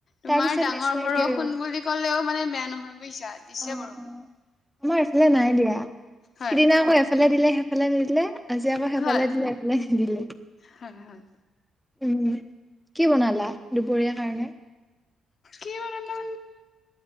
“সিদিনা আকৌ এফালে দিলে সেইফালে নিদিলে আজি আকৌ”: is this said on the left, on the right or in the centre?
Centre